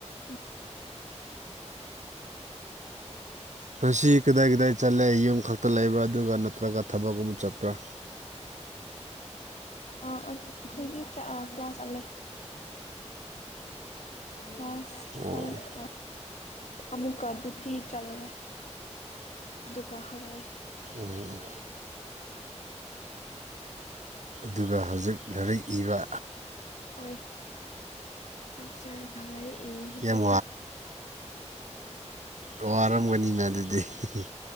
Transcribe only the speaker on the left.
ꯎꯝ
ꯑꯩ ꯑꯈꯣꯏꯒꯤ ꯆꯥ ꯀ꯭ꯂꯥꯁ ꯆꯠꯂꯦ ꯀꯂꯥ꯭ꯁ
ꯀꯥꯅꯩ ꯈꯔ ꯑꯃꯨꯛꯀ ꯑꯗꯨꯗꯤ ꯆꯜꯂꯦ ꯑꯗꯨꯒ ꯍꯜꯂꯛꯑꯦ
ꯍꯣꯏ ꯆꯥꯛ ꯆꯥꯔꯒ ꯍꯜꯂꯛꯏ ꯍꯧꯖꯤꯛꯇꯤ